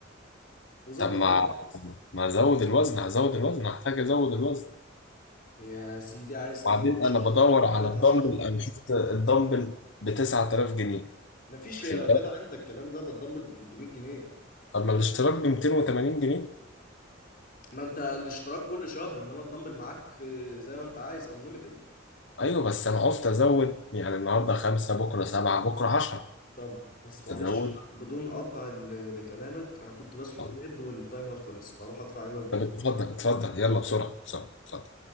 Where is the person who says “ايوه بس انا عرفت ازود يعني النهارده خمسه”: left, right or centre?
Left